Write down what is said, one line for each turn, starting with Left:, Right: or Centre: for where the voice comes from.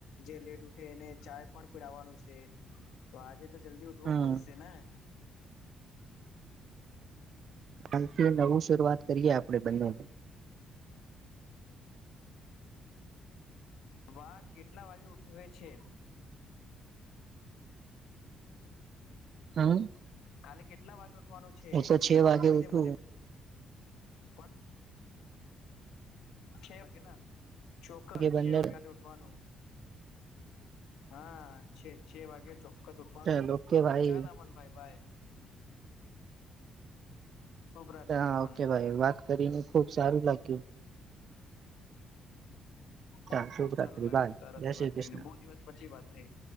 Left: જે લેટ તે ને ચાય પણ પીડાવાનું છે તો આજે તો જલ્દી ઉઠવો
Right: હમ
Left: પડશે ને <unintelligible>
Right: આથી નવું શરૂઆત કરીયે આપડે બંને <inaudible>
Left: વાહ કેટલા વાગે ઉઠવે છે.
Right: હમ
Left: કાલે કેટલા વાગે ઉઠવાનું છે
Right: હું
Left: એક
Right: તો
Left: બતાવી
Right: વાગે ઉઠું
Left: દે મને પણ છે વાગે ના ચોક્કસ
Right: વાગે બંને
Left: છે વાગે ઉઠવાનું હા છે છે વાગે ચોક્કસ ઉઠવાનું
Right: ચાલ ઓકે ભાઈ
Left: ચાલ અમન ભાઈ ભાઈ શુભ રાત્રી
Right: હા
Left: અમન
Right: ઓકે ભાઈ વાત કરીને ખુબ સારું લાગ્યું.
Left: ખુબ
Right: ચાલ શુભ
Left: ખુબ
Right: રાત્રી
Left: સારું લાગ્યું
Right: બાય
Left: તારાથી
Right: જય શ્રી
Left: વાત
Right: કૃષ્ણ
Left: કરીને બો દિવસ પછી વાત થઈ.